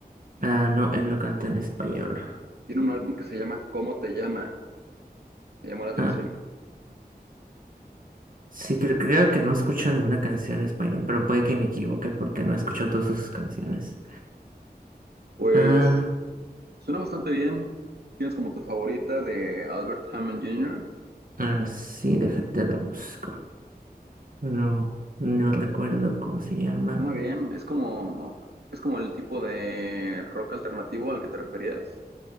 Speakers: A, on the right (about 60°); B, on the right (about 80°).
A: ah no, él no canta en español.
B: Tiene un álbum que se llama ¿Cómo te llama? Me llamó la atención.
A: Ah, sí creo, creo que no escucho ninguna canción en español, pero puede que me equivoque porque no escucho todas sus canciones.
B: Pues
A: Ah,
B: suena bastante bien. ¿Tienes como tu favorita de Albert Hammond Jr.?
A: ah sí, déjate la busco. Bueno, no recuerdo cómo se llama.
B: Suena bien, es como, es como el tipo de rock alternativo al que te referías.